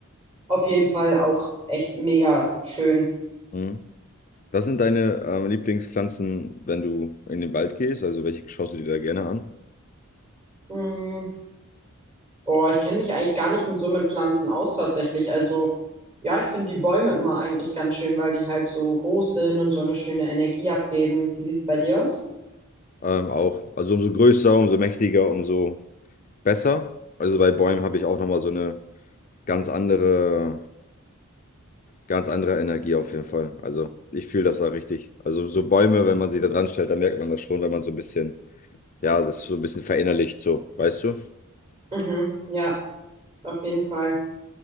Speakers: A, on the right; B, on the left.
A: auf jeden Fall auch echt mega schön.
B: Mhm. Was sind deine ähm, Lieblingspflanzen, wenn du in den Wald gehst? Also welche schaust du dir da gerne an?
A: Mm. Oh, ich kenne mich eigentlich gar nicht mit so mit Pflanzen aus tatsächlich. Also ja, ich finde die Bäume immer eigentlich ganz schön, weil die halt so groß sind und so eine schöne Energie abgeben. Wie sieht's bei dir aus?
B: Ähm, auch, also umso größer, umso mächtiger, umso besser. Also bei Bäumen habe ich auch nochmal so eine ganz andere, ganz andere Energie auf jeden Fall. Also ich fühle das da richtig. Also so Bäume, wenn man sich da dran stellt, dann merkt man das schon, wenn man so ein bisschen, ja, das so ein bisschen verinnerlicht, so, weißt du?
A: Mhm, ja, auf jeden Fall.